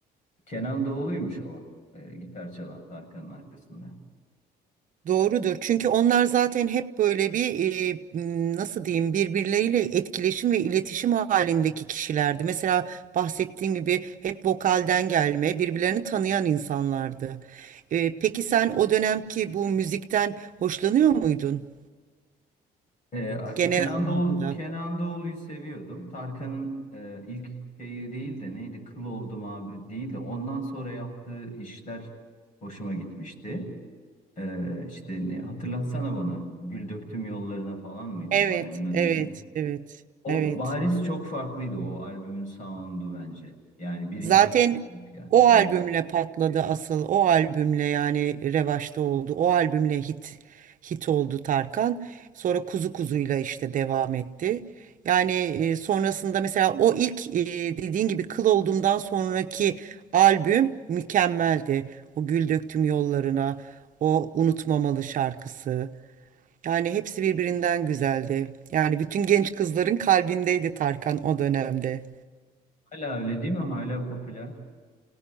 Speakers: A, on the left (about 50°); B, on the right (about 50°).
A: Kenan Doğulu'ymuş o, e, gitar çalan Tarkan'ın arkasında.
B: Doğrudur. Çünkü onlar zaten hep böyle bir e, m, nasıl diyeyim birbirleriyle etkileşim ve iletişim halindeki kişilerdi. Mesela bahsettiğim gibi hep vokalden gelme, birbirlerini tanıyan insanlardı. E, peki sen o dönemki bu müzikten hoşlanıyor muydun
A: Ee,
B: genel
A: Kenan
B: anlamda?
A: Doğulu, Kenan Doğulu'yu seviyordum. Tarkan'ın e, ilk şeyi değil de neydi? Kıl oldum abi değil de ondan sonra yaptığı işler hoşuma gitmişti. Ee, işte ne, hatırlatsana bana. Gül döktüm yollarına falan mıydı
B: Evet,
A: o albümün adı
B: evet,
A: neydi?
B: evet,
A: O
B: evet.
A: bariz çok farklıydı o albümün sound'u bence. Yani birincilik
B: Zaten
A: kıyaslamak
B: o albümle
A: gerek.
B: patladı asıl. O albümle yani revaçta oldu. O albümle hit hit oldu Tarkan. Sonra Kuzu Kuzu'yla işte devam etti. Yani e, sonrasında mesela o ilk e, dediğin gibi Kıl Oldum'dan sonraki albüm mükemmeldi. O Gül Döktüm Yollarına, o Unutmamalı şarkısı. Yani hepsi birbirinden güzeldi. Yani bütün genç kızların kalbindeydi Tarkan o dönemde.
A: Hala öyle değil mi? Hala popüler.